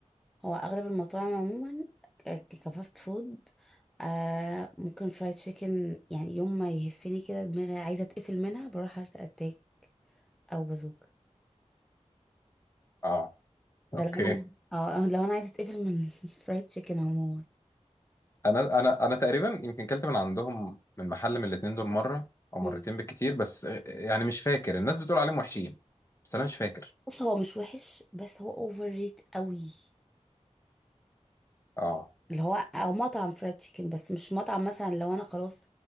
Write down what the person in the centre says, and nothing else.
هو اغلب المطاعم عموما ك- كفاست فود آه ممكن فرايد تشيكن يعني يوم ما يهفني كده دماغي عايزه اتقفل منها بروح هارت اتاك او بازوكا
ده
لو انا اه <laughs> أو لو انا عايزه اتقفل من <laughs> الفرايد تشيكن عموما
مم.
بص هو مش وحش بس هو اوفر ريت قوي
اللي هو او مطعم فرايد تشيكن بس مش مطعم مثلا لو انا خلاص